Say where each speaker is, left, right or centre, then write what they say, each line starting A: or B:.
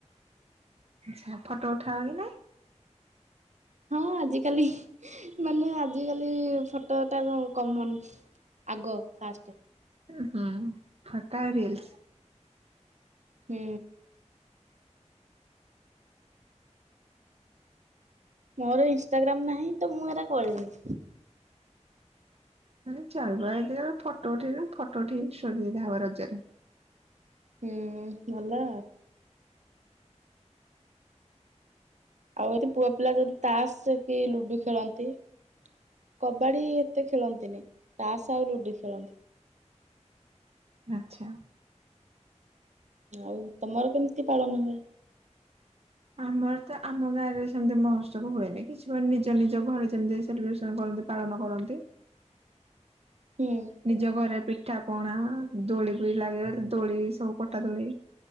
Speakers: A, on the right; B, on the right.
A: ଆଚ୍ଛା ଫଟୋ ଉଠାଅ କି ନାଇଁ?
B: ହଁ ଆଜିକାଲି ମାନେ ଆଜିକାଲି ଫଟୋ ଟାର କମନ୍ ଆଗ ଫାଷ୍ଟ୍।
A: ହୁଁ ଫୋଟୋ ଆଉ ରିଲ୍ସ ।
B: ହୁଁ। ମୋର ଇନଷ୍ଟାଗ୍ରାମ୍ ନାହିଁ ତ ମୁଁ ଏରା କରିନି।
A: ମାନେ ଚଲବା ଏଇଦିନ ଫଟୋ ଉଠେଇନୁ ଫଟୋ ଉଠେଇ ସୁବିଧା ହବାର ରଜ ରେ।
B: ହୁଁ ଭଲ। ଆଉ ଏଟି ପୁଅ ପିଲା ଯଦି ତାସ୍ କି ଲୁଡୁ଼ ଖେଳନ୍ତି। କ କବାଡ଼ି ଏତେ ଖେଳନ୍ତିନି। ତାସ୍ ଆଉ ଲୁଡୁ ଖେଳନ୍ତି।
A: ଆଚ୍ଛା।
B: ଆଉ ତମର କେମିତି ପାଳନ ହୁଏ?
A: ଆମର ତ ଆମ ଗାଁରେ ସେମତି ମହୋଉତ୍ସବ ହୁଏନି। କିଛି ମାନେ ନିଜ ନିଜ ଘରେ ଯେମିତି ସେଲିବ୍ରେସନ୍ କରନ୍ତି ପାଳନ କରନ୍ତି।
B: ହୁଁ
A: ନିଜ ଘରେ ପି ପିଠାପଣା। ଦୋଳି ପୁଳି ଲାଗିଗଲେ ଦୋଳି ସବୁ ପଟା ଦୋଳି